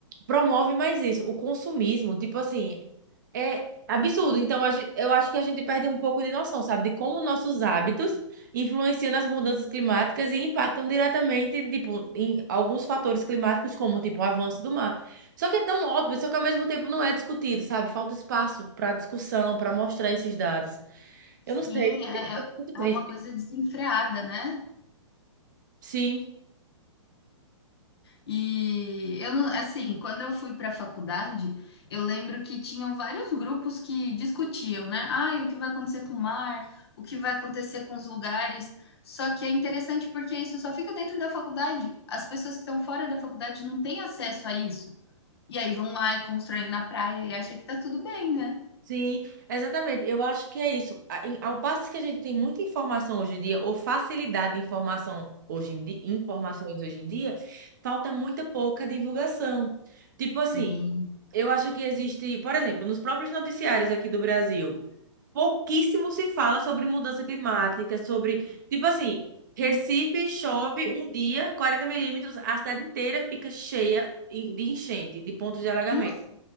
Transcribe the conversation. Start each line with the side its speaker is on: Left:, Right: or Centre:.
Right: promove mais isso, o consumismo. Tipo assim, é absurdo. Então, a gente, eu acho que a gente perde um pouco de noção, sabe? De como nossos hábitos influenciam nas mudanças climáticas e impactam diretamente, tipo, em alguns fatores climáticos, como, tipo, o avanço do mar. Só que é tão óbvio, só que ao mesmo tempo não é discutido, sabe? Falta espaço para discussão, para mostrar esses dados.
Left: Sim,
Right: Eu não sei,
Left: é,
Right: muito triste.
Left: é uma coisa desenfreada, né?
Right: Sim,
Left: E eu não, assim, quando eu fui para a faculdade, eu lembro que tinham vários grupos que discutiam, né? Ah, o que vai acontecer com o mar, o que vai acontecer com os lugares. Só que é interessante porque isso só fica dentro da faculdade. As pessoas que estão fora da faculdade não têm acesso a isso. E aí vão lá e constroem na praia e acham que tá tudo bem, né?
Right: sim, exatamente. Eu acho que é isso. A- em- Ao passo que a gente tem muita informação hoje em dia, ou facilidade de informação hoje em dia, informações hoje em dia, falta muita pouca divulgação. Tipo assim,
Left: Sim.
Right: eu acho que existe, por exemplo, nos próprios noticiários aqui do Brasil, pouquíssimo se fala sobre mudança climática, sobre, tipo assim, Recife chove um dia, 40 milímetros, a cidade inteira fica cheia em- de enchente, de pontos de alagamento.
Left: Nossa,